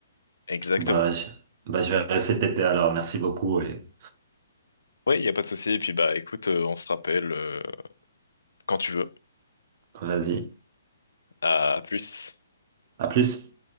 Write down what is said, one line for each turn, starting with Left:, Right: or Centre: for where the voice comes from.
Left: exactement.
Right: Bah, je, bah, je verrai cet été alors. Merci beaucoup et
Left: Oui, il y a pas de souci. Et puis bah écoute, euh, on se rappelle euh, quand tu veux.
Right: vas-y.
Left: À plus.
Right: À plus.